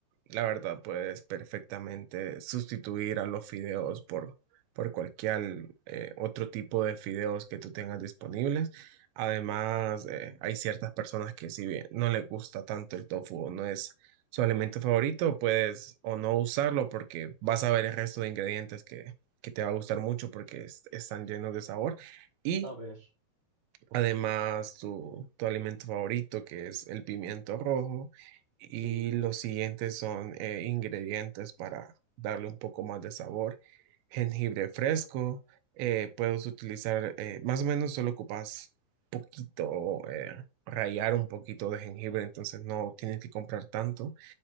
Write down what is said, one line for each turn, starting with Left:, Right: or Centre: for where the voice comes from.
Right: la verdad, puedes perfectamente sustituir a los fideos por, por cualquier eh, otro tipo de fideos que tú tengas disponibles. Además, eh, hay ciertas personas que si bien no les gusta tanto el tofu o no es su alimento favorito, puedes o no usarlo porque vas a ver el resto de ingredientes que, que te va a gustar mucho porque es- están llenos de sabor. Y
Left: A ver,
Right: Además, tu, tu alimento favorito, que es el pimiento rojo, y
Left: sí.
Right: los siguientes son eh, ingredientes para darle un poco más de sabor. Jengibre fresco, eh, puedes utilizar, eh, más o menos solo ocupas poquito, eh, rallar un poquito de jengibre, entonces no tienes que comprar tanto.